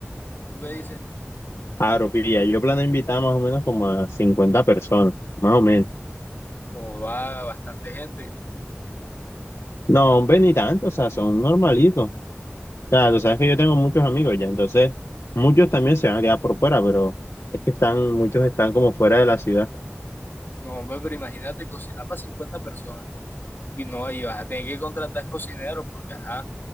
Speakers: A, on the left (about 50°); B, on the left (about 75°).
A: ¿Tú qué dices?
B: Aro, pilla, yo planeo invitar más o menos como a 50 personas, más o menos.
A: Como va bastante gente.
B: No, hombre, ni tanto, o sea, son normalitos. O sea, tú sabes que yo tengo muchos amigos ya, entonces muchos también se van a quedar por fuera, pero es que están, muchos están como fuera de la ciudad.
A: No, hombre, pero imagínate cocinar para 50 personas. Uy, no, ahí vas a tener que contratar cocineros porque, ajá,